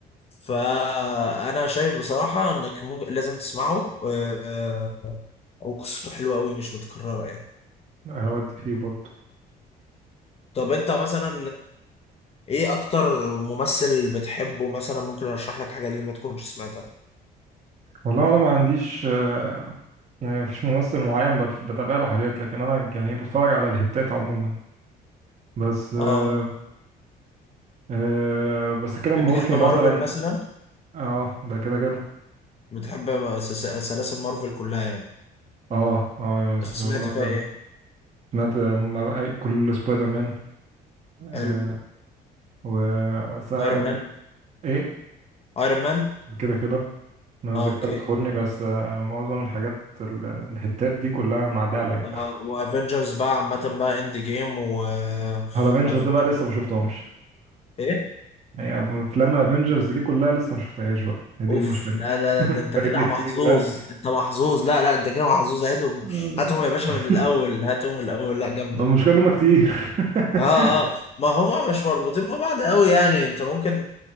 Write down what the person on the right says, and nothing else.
هودي فيه برضه
والله انا ما عنديش آه، يعني مفيش ممثل معين بت- بتابع له حاجات لكن انا يعني بتفرج على الهتات عموما بس آه
آه بس كده مورفي
مثلا
اه ده كده كده
اه اه بس
بس مارفل
سمعت آه، من- أي- كل سبايدر مان آه
و سا-
ايه
كده كده انا الذاكره
بتخوني بس آه، معظم الحاجات ال- الهتات دي كلها معديه عليا
على افنجرز
ده بقى لسه ما شفتهمش
هي افلام الافنجرز دي كلها لسه ما شفتهاش بقى هي دي
المشكله
<laughs>
فايتني
كتير
ها
آه.
<laughs>
ما المشكله ان هم كتير <laughs>